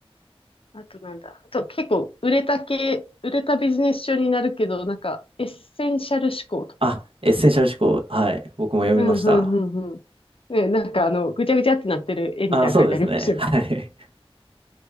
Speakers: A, on the left; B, on the right.
A: あとなんだ。あと結構売れた系、売れたビジネス書になるけど、なんかエッセンシャル思考とか。
B: あ、エッセンシャル思考。はい。僕も読みました。
A: うん、うん、うん、うん。ね、なんかあの、ぐちゃぐちゃってなってる絵みたいなの書いてありましたよね。
B: ああ、そうですね。<laughs> はい。